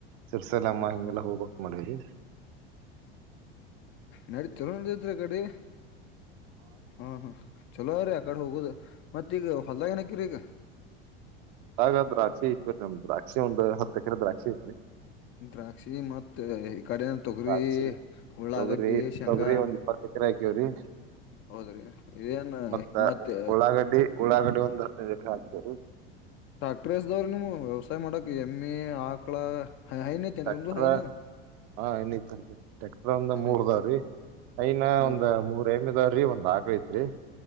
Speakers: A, on the right; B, on the left.
A: ಸರ್ಸಲ್ಲಮ್ಮ
B: ಹಾ ಹಾ
A: ಹಿಗೆಲ್ಲ ಹೋಗ್ಕ್ ಮಾಡ್ಯರಿ
B: ನಡ ಚಲೋ ನಡದತ್ರಿ ಕಡೆ ಹಾ ಹಾ ಚಲೋ್ರೀ ಆ ಕಡೆ ಹೋಗೋುದು ಮತ್ತ ಈಗ ಹೊಲ್ದಾಗ ಏನಕರಿ ಈಗ
A: ಹಾಗ ದ್ರಾಕ್ಷಿ ಐತ್ರಿ ನಮ್ದ ದ್ರಾಕ್ಷಿ ಒಂದು ಹ ಕೆರೆ ದ್ರಾಕ್ಷಿ ಐತ್ರಿ
B: ದ್ರಾಕ್ಷಿ ಮತ್ತೆ ಕಡೆ ತೊಗರಿ
A: ದ್ರಾಕ್ಷಿ
B: ಉಳ್ಳಾಗಡ್ಡಿ
A: ತೊಗರಿ
B: ಶೇಂಗಾ
A: ತೊಗರಿ ಒಂದ್ ಇಪ್ಪತ್ತ ಎಕರೆ ಹಾಕಿವ್ರಿ
B: ಹೌದ್ರಿ ಇದೇನ್
A: ಮತ್ತ
B: ಮತ್ತೆ
A: ಉಳ್ಳಾಗಡ್ಡಿ ಉಳ್ಳಾಗಡ್ಡಿ ಒಂದು ಹದಿನೈದು ಎಕರೆ ಹಾಕ್ತೀವಿ ರೀ
B: ಟ್ರ್ಯಾಕ್ಟರ್ ಎಸ್ ಅದಾವರಿ ನಿಮವು ವ್ಯವಸಾಯ ಮಾಡಕ್ ಎಮ್ಮೆ ಆಕಳ ಕೆಂಗಲ್
A: ಟ್ರ್ಯಾಕ್ಟರ್
B: ಹೈನಾ
A: ಹಾ ಇನ್ನೂ ಇತ್ತು ಅದಕ್ಕೆ ಟ್ರ್ಯಾಕ್ಟರ್ ಒಂದು ಮೂರು
B: ಐತಿ
A: ಅದಾವ ರೀ ಐನಾ ಒಂದ್
B: ಒಟ್
A: ಮೂರ್ ಎಮ್ಮಿ ಅದಾವ್ರಿ ಒಂದ್ ಆಕಳ ಐತ್ರಿ